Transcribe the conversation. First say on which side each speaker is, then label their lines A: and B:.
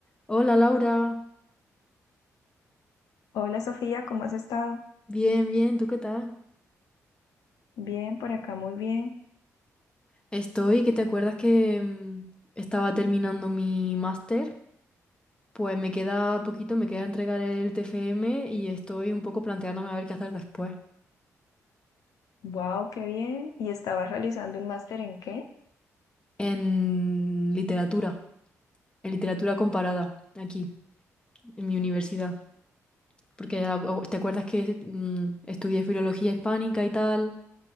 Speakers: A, on the left; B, on the left.
A: Hola Laura,
B: Hola Sofía, ¿cómo has estado?
A: bien, bien, ¿tú qué tal?
B: Bien, por acá muy bien.
A: Estoy, que te acuerdas que mm, estaba terminando mi máster, pues me queda poquito, me queda entregar el TFM y estoy un poco planteándome a ver qué hacer después.
B: Wow, qué bien. ¿Y estabas realizando un máster en qué?
A: En literatura, en literatura comparada, aquí, en mi universidad. Porque au- te acuerdas que mm, estudié filología hispánica y tal,